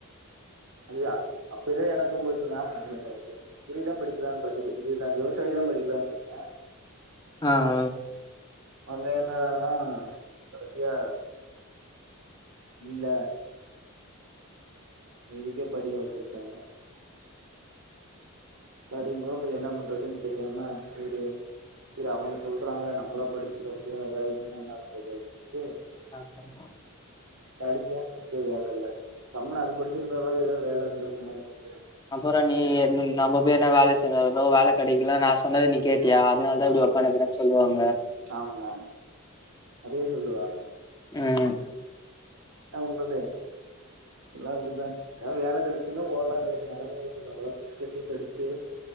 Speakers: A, on the right; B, on the left.
A: அதுதா அப்பயே எனக்கும் போச்சுனா <unintelligible> இதிதான் படிக்கலான்னு பார்த்தே இதுதான் விவசாயி தா படிக்கலான்டுருக்கே
B: ஆ ஆ
A: மலை என்னடானா கடைசியா இல்ல இதுக்கே படி அப்டின்னுட்டாங்க படிங்கோப்பு என்ன பன்றதுன்னு தெரியாம செரி செரி அவங்க சொல்றாங்க நம்மளா படிச்சு கடைசியா எதா ஆயிடுச்சுன்னா என்னா பண்ணறது அப்படின்ட்டு
B: ஆ தங்கொ
A: படிச்சே சி வேல இல்ல தமிழ்நாட்டில் படிச்சவங்க வேல <unintelligible> <unintelligible>
B: அப்றோ நீ என் நம்ம பேர் என்ன வேல செய்சாலோ வேல கெடைக்கலனா நா சொன்னது நீ கேட்டியா அதனால தா இப்டி உக்காந்துருக்கனு சொல்லுவாங்க
A: ஆமா அதே சொல்லுவாங்க
B: உம்
A: என் பண்றது எல்லா அப்டிதா ஏத வேலை கெடச்சுன்னா ஓட்லானு நிலமே ஆச்சு பீஸ் அவ்வளோ பீஸ் கட்டி படிச்சு